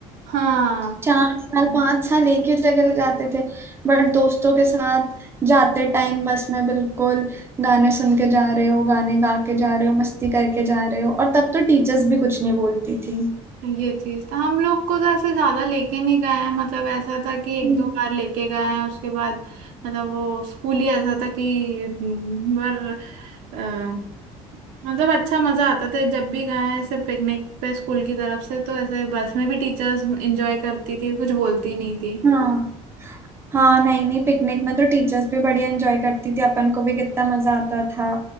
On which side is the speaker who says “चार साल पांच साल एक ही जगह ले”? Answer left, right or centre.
Right